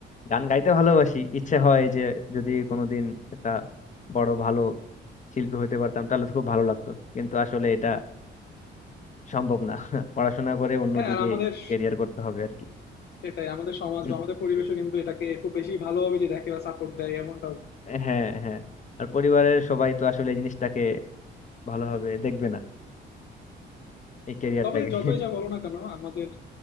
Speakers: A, on the left; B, on the left.
A: গান গাইতে ভালোবাসি ইচ্ছে হয় যে যদি কোনোদিন একটা বড় ভালো শিল্পী হইতে পারতাম তাহলে তো খুব ভালো লাগতো কিন্তু আসলে এটা সম্ভব না <laughs> পড়াশোনা করে অন্যদিকে
B: হ্যাঁ আর আমাদের
A: ক্যারিয়ার করতে হবে আর কি
B: সেটাই আমাদের সমাজ
A: উম,
B: বা আমাদের পরিবেশও কিন্তু এটাকে খুব বেশি ভালোভাবে যে দেখে বা সাপোর্ট দেয় এমনটাও না
A: হ্যাঁ হ্যাঁ আর পরিবারের সবাই তো আসলে এই জিনিসটাকে ভালোভাবে দেখবে না এই ক্যারিয়ারটাকে
B: তবে
A: <laughs>
B: যতই যা বলো না কেন আমাদের